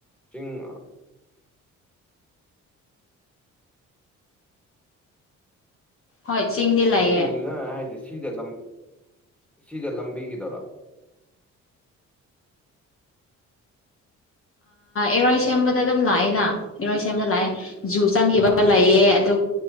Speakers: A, in the centre; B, on the left.
A: ꯆꯤꯡ
B: ꯍꯣꯏ ꯆꯤꯡꯗꯤ
A: ꯁꯤ
B: ꯂꯩꯑꯦ
A: ꯅꯪ ꯍꯥꯏꯁꯦ ꯁꯤꯗ ꯁꯤꯗ ꯂꯝꯕꯤꯒꯤꯗꯔꯣ
B: ꯏꯔꯣꯏ ꯁꯦꯝꯕꯗ ꯑꯗꯨꯝ ꯂꯥꯛꯑꯦꯅ ꯏꯔꯣꯏ ꯁꯦꯝꯕꯗ ꯂꯥꯛꯑꯦ ꯖꯨ ꯆꯪꯈꯤꯕ
A: ꯑꯥ
B: ꯂꯩꯑꯦ ꯑꯗꯨ